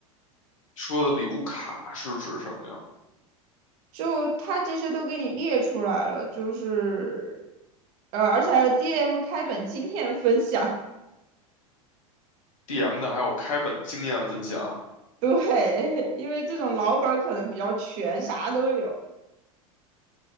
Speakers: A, on the left (about 65°); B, on the right (about 45°).
A: 说的礼物卡是指什么呀
B: 就它这些都给你列出来了，就是，呃，而且还有 DM 开本经验分享。
A: ？DM 的还有开本经验分享，
B: <laughs> 对，因为这种老本儿可能比较全，啥都有。